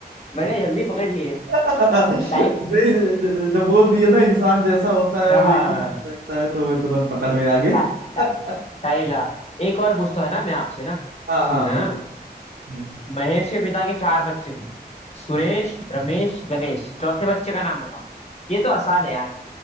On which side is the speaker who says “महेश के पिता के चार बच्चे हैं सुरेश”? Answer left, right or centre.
Left